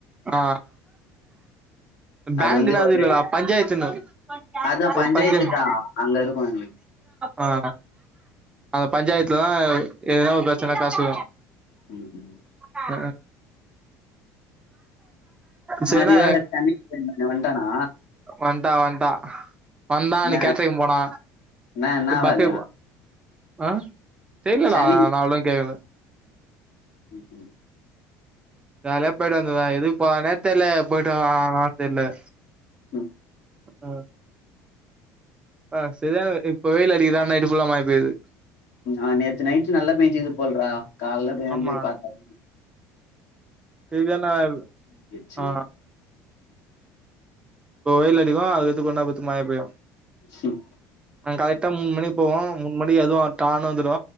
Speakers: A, on the right (about 15°); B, on the left (about 65°).
A: ஆ பேங்க்னா
B: வந்து ஒரு
A: அது இல்லடா பஞ்சாயத்துன்னுது
B: அதா பஞ்சாயத்துக்குதா
A: ஒரு பஞ்சாயத்து
B: அங்க இருக்கு எங்களுக்கு
A: ஆ அந்த பஞ்சாயத்துலதா எதாவது ஒரு பிரச்சனனா காசுவ
B: ம் ம்
A: ஆ
B: என்ன
A: சரிதா
B: திவாகர் தண்ணிக் போயிருந்தானே வன்ட்டானா
A: வண்ட்டா வண்ட்டா வந்தான்
B: என்ன
A: அன்னைக்கு கேட்டரிங் போனா
B: என்ன என்ன
A: இப்ப பஸ்க்கு
B: வேலையா
A: ஆ தெர்லலடா
B: சென்னை
A: நா அவ்ளவா கேக்ல
B: ம் ம்
A: ஜாலியா போய்ட்டு வந்துருவா எதுக்கு போவானே தெர்ல போய்ட்டு <unintelligible> தெர்ல
B: உம்
A: ஆ ஆ சரியான இப்ப வெயில் அடிக்குதா நைட்டு ஃபுல்லா மழ பெய்யுது
B: ஆ நேத்து நைட்டு் நல்லா பேஞ்சுது போல்றா காலைல போய் எழுந்து
A: ஆமா
B: பாத்த
A: இது என்னல்
B: விழுந்துச்சு
A: ஆ இப்போவெயில் அடிக்கு அதுக்கத்து கொன்நேர பொர்த்து மழ பேயு
B: ஸ்ம்
A: நாங்க கரெக்டா மூணு மணிக்கு போவோ மூணு மணி அதுவு டான்னு வந்துடு